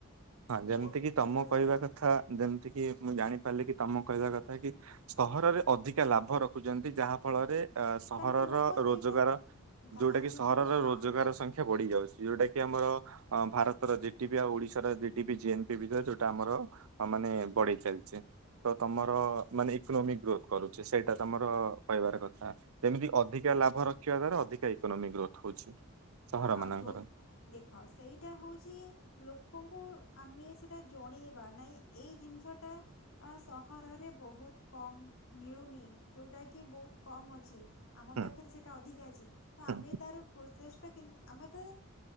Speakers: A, on the right; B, on the left.
A: ହଁ
B: ଯେଉଁଟା
A: ଯେମିତି କି ତମ
B: ବ୍ୟବସାୟ
A: କହିବା କଥା ଯେମିତି କି ମୁଁ ଜାଣି ପାରିଲି କି ତମ କହିବା କଥା କି ସହରରେ ଅଧିକା ଲାଭ ରଖୁଛନ୍ତି ଯାହା ଫଳରେ ଅ ସହରର
B: କାହିଁକିନା ଲୋକ ସେଇଟା
A: ରୋଜଗାର
B: ଗାଁ
A: ଯୋଉଟା କିି
B: ଲୋକ
A: ସହରର
B: ହଁ
A: ରୋଜଗାର ସଂଖ୍ୟା ପଡି ଯାଉଛି ଯଉଟା କି ଆମର ଭାରତର ଜିଟି ବିି ଆଉ ଓଡିଶାର ଜିଡି ଜ ଏ ପି ବିରେ ଯୋଉଟା ଆମର ମାନେ ବଢେଇ ଚାଲିଛି। ତ ତମର ମାନେ ଇକୋନୋମିକ ଗ୍ରୋଥ କରୁଛିେ ସେଇଟା ତମର କହିବାର କଥା। ଯେମିତି ଅଧିକା ଲାଭ ରଖିବା ଦ୍ଵାରା ଅଧିକା ଇକୋନୋମି ଗ୍ରୋଥ ହଉଛି। ସହର
B: ହଁ
A: ମାନଙ୍କର।
B: ଯଉ ଦେଖ ସେଇଟା ହେଉଛି ଲୋକଙ୍କୁ ଆମେ ସେଇଟା ଜଣେଇବା ନାଇଁ ଏଇ ଜିନିଷଟା ଆ ସହରରେ ବହୁତ କମ ମିଳୁନି ଯେଉଁଟାକି ବହୁତ କମ୍ ଅଛି। ଆମ
A: ହୁଁ
B: ପାଖରେ ସେଇଟା ଅଧିକା ଅଛି ତ
A: ହୁଁ
B: ଆମେ ତାର ପ୍ରୋସେସ୍ ଟା ଆମେ ତ